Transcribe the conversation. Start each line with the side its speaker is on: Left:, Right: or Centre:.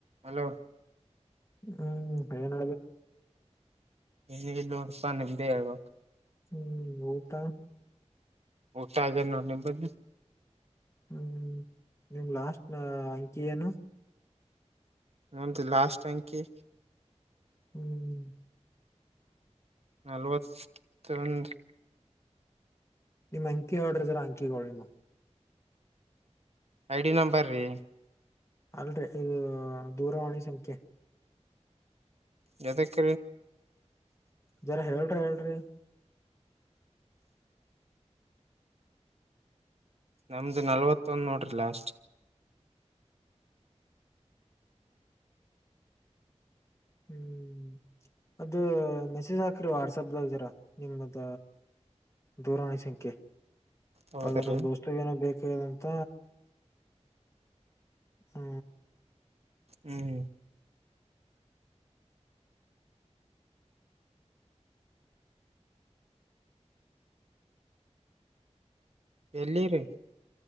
Right: Hello
Left: ಹ್ಮ್ ನಡ
Right: ನಲ್ಲೋತಾ ನಿಮ್ದೇವಾಗ
Left: ಹ್ಮ್ ತಾ
Right: ಟೈಗರ್ ನನ ಬ
Left: ಹ್ಮ್ ನಿಮ್ ಲಾಸ್ಟ್ ನ ಅಂಕಿ ಏನು
Right: ನಮ್ದ ಲಾಸ್ಟ್ ಟ್ಯಾಂಕ
Left: ಹ್ಮ್
Right: ನಲ್ವತ್ತೊಂದು
Left: ನಿಮ್ ಅಂಕಿ ಹೊಡ್ರಿದ್ರ ಅಂಕಿ ಒಳನು
Right: ಐ ಡಿ ನಂಬರ್ ರೀ
Left: ಅಲ್ರರಿ ಇದು ದೂರವಾಣಿ ಸಂಖ್ಯೆ
Right: ಜತೆ ಕ
Left: ಜರ ಹೇಳ್ರಿ ಹೇಳ್ರಿ
Right: ನಮ್ದು ನಲ್ವತ್ತೊಂದ ನೋಡ್ರಿ ಲಾಸ್ಟ್
Left: ಹ್ಮ್ ಅದು ಮೆಸೇಜ್ ಹಾಕ್ರಿ ವಾಟ್ಸಪ್್ದಾಗಿದರ ನಿಮ್ದ ದೂರಾಣಿ ಸಂಖ್ಯೆ
Right: ಹೌದ್ರೀ
Left: ಅದು ನಮ್ದು ವಸ್ತುವ ಏನೋ ಬೇಕಾದಂತ ಹ್ಮ
Right: ಹ್ಮ್ ಎಲ್ಲಿರು